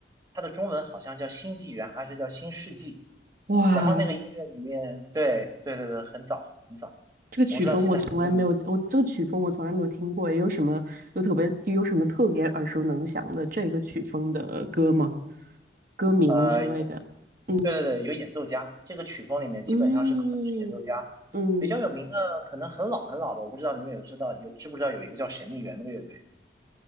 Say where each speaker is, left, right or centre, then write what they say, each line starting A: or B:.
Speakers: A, on the right; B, on the right.
A: 它的中文好像叫新纪元还是叫新世纪，
B: 哇，
A: 然后那个音乐里面，
B: 这
A: 对对对对，很早很早，
B: 这个曲风我从来没有，
A: 我不知道现在还有没有那个。
B: 我这个曲风我从来没有听过，有什么有特别有什么特别耳熟能详的这个曲风的歌吗？歌名之类的？
A: 呃，有，
B: 嗯
A: 对对对，有演奏家，这个曲风里面基本上是很是演奏家，
B: 嗯嗯。
A: 比较有名的可能很老很老的，我不知道你们有知道有知不知道有一个叫神秘园的乐队，